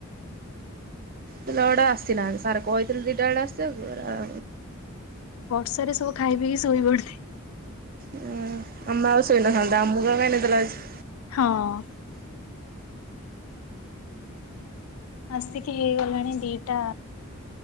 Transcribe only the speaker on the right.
ପିଲାଗୁଡା ଆସିନାହାନ୍ତି ସାର୍ କହିଥିଲି ଦିଇଟା ବେଳେ ଆସିବାକୁ ଏରା
ହୁଁ ତମେ ଆଉ ଶୋଇନ <unintelligible> ଆମକୁ କାଇଁ ନିଦ ଲାଗୁ